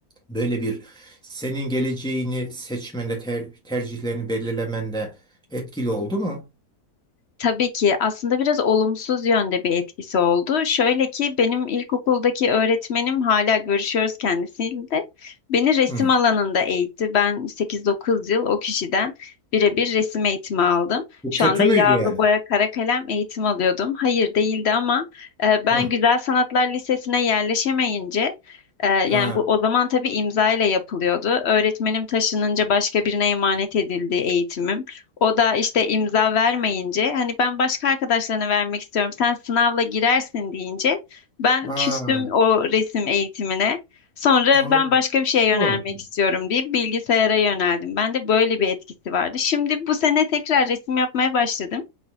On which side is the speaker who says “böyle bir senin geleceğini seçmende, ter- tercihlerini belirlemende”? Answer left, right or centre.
Centre